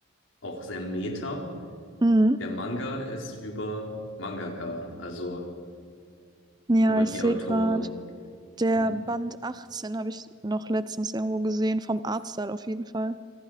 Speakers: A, on the left; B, on the right.
A: auch sehr meta.
B: Mhm.
A: Der Manga ist über Mangaka, also
B: Ja,
A: über
B: ich
A: die
B: sehe
A: Autoren.
B: gerade. Der
A: Und
B: Band 18 habe ich noch letztens irgendwo gesehen, vom Artstyle auf jeden Fall.